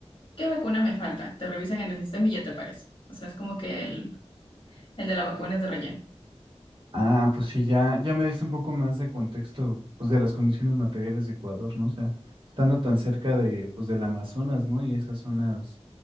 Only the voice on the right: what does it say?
Ah, pues sí, ya, ya me diste un poco más de contexto, pues de las condiciones materiales de Ecuador, ¿no? O sea, estando tan cerca de, pues del Amazonas, ¿no? Y esas zonas,